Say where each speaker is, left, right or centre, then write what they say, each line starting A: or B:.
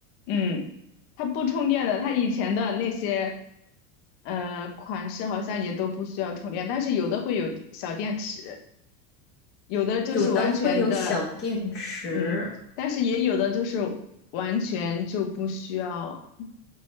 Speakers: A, on the left; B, on the left.
A: 嗯，它不充电的，它以前的那些呃款式好像也都不需要充电，但是有的会有小电池。有的就是完全的，
B: 有的会有小电池，
A: 嗯，但是也有的就是完全就不需要，